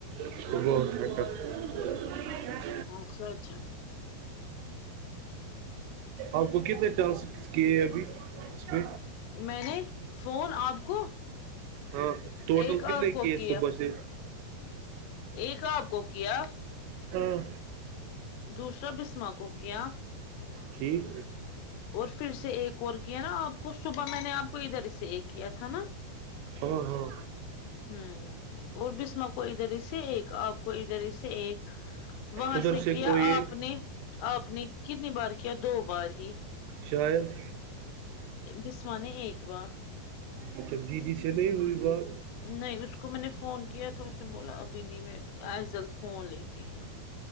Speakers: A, on the right (about 80°); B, on the left (about 80°).
A: <unintelligible>
B: ہاں س اچھا
A: آپ کو کتنے ٹانس کیے ابھی اچھی
B: میں نے فون آپ کو
A: ہاں ٹوٹل
B: ایک
A: کتنے
B: آپ کو
A: کیے
B: کیا
A: صبح سے
B: ایک آپ کو کیا
A: ہاں
B: دوسرا بسما کو کیا
A: ٹھیک
B: اور پھر سے ایک اور کیا نا آپ کو صبح میں نے آپ کو ادھر اس سے ایک کیا تھا نا
A: ہاں ہاں
B: ھم اور بسما کو ادھر اس سے ایک آپ کو ادھر اس سے ایک وہاں
A: ادھر
B: سے کیا
A: کوئی ایک
B: آپ نے آپ نے کتنی بار کیا دو بار ہی
A: شاید
B: بسم نے ایک بار
A: اچھا دیدی سے نہیں ہوئی بات
B: نہیں اس کو میں نے فون کیا تھا اس نے بولا ابھی نہیں میں ایزل فون لیتی ہیں